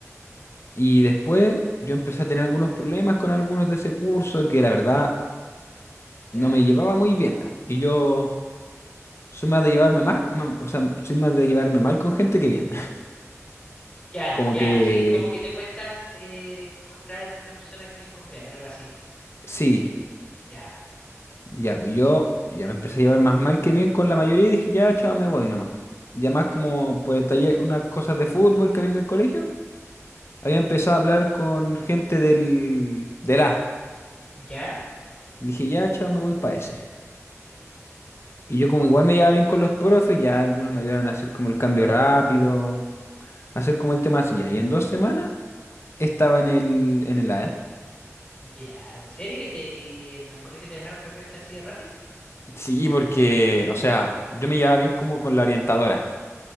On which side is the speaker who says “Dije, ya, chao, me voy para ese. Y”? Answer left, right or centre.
Left